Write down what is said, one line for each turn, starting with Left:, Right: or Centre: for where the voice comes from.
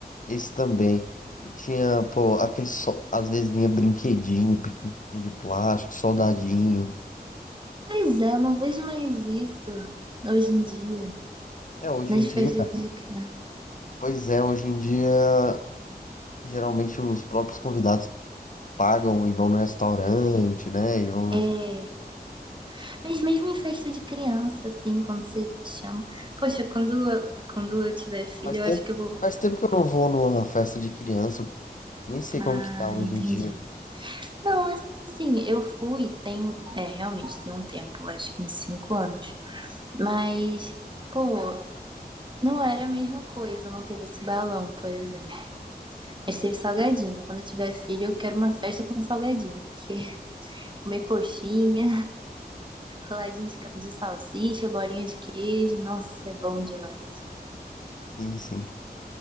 Left: Esse também. E Tinha, pô, aquele só. Às vezes vinha brinquedinho, pequenininho de plástico, soldadinho.
Right: Pois é, eu não vejo mais isso hoje em dia,
Left: É, hoje
Right: nas
Left: em dia.
Right: festas de criança.
Left: Pois é, hoje em dia, geralmente os próprios convidados pagam e vão no restaurante, né? E vão.
Right: É, mas mesmo em festa de criança, assim, quando você chama. Poxa, quando eu, quando eu tiver filho,
Left: Faz
Right: eu
Left: tempo,
Right: acho que eu vou.
Left: faz tempo que eu não vou numa festa de criança. Nem sei
Right: Ah,
Left: como que tá hoje
Right: entendi.
Left: em dia.
Right: Não, mas assim, eu fui, tem. É, realmente tem um tempo, acho que uns cinco anos. Mas, pô, não era a mesma coisa, não teve esse balão, por exemplo. Mas teve salgadinho. Quando eu tiver filho, eu quero uma festa com salgadinho, porque <laughs> comer coxinha. Roladinho de, ca- de salsicha, bolinha de queijo. Nossa, é bom demais.
Left: Sim, sim.